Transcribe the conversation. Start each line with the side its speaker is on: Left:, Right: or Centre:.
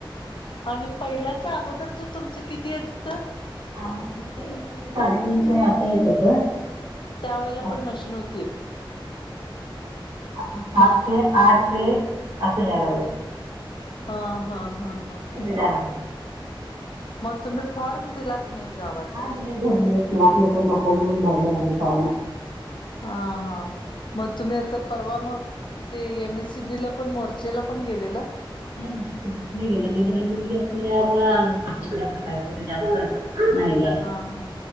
Left: आणि पहिल्याच अगोदरच तुमचं किती येतं होत.
Right: हा म ते. साडेतीनशे अस येत होत.
Left: त्यावेेळेला
Right: हा.
Left: पण मशीन होती.
Right: ता सातशे
Left: म आ
Right: आठशे असं यायला लागलय.
Left: ह, ह, ह, ह.
Right: झाला.
Left: मग तुम्ही फॉर्म दिला की नाही गावात.
Right: हा दिलय. भरलेय स्मार्ट मीटर नको म्हणून. भरलय आम्ही फॉर्म.
Left: हा हा. मग तुम्ही आता परवा मग ते एम एस सी बीला पण मोर्चेला पण गेलेला.
Right: नाही त काही गेलं नाही लहान मुलगी असल्यामुळे आ्ही तिकडेस काय कुठं जास्त हा नाही. जात
Left: हा हा